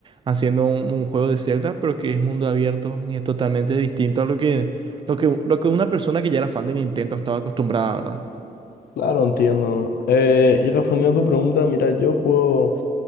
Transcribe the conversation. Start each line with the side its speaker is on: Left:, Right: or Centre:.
Right: Haciendo un, un juego de Zelda, pero que es mundo abierto y es totalmente distinto a lo que, lo que, lo que una persona que ya era fan de Nintendo estaba acostumbrada, ¿verdad?
Left: Claro, entiendo. Eh, y respondiendo a tu pregunta, mira, yo juego,